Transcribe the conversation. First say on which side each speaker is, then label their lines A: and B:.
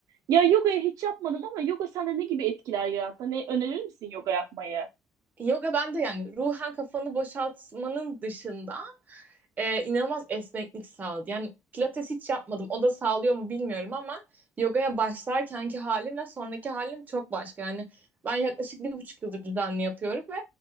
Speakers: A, on the right (about 70°); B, on the right (about 25°).
A: Ya yogayı hiç yapmadım ama yoga sende ne gibi etkiler yarattı? Ne önerir misin yoga yapmayı?
B: Yoga ben de yani ruhen kafanı boşaltmanın dışında e, inanılmaz esneklik sağladı. Yani pilates hiç yapmadım. O da sağlıyor mu bilmiyorum ama yogaya başlarkenki halimle sonraki halim çok başka. Yani ben yaklaşık bir buçuk yıldır düzenli yapıyorum ve